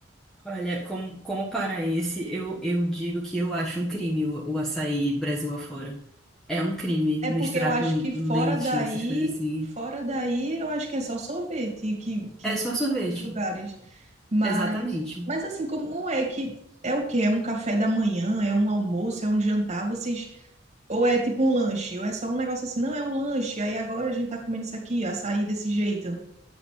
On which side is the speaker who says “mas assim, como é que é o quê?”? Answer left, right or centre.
Right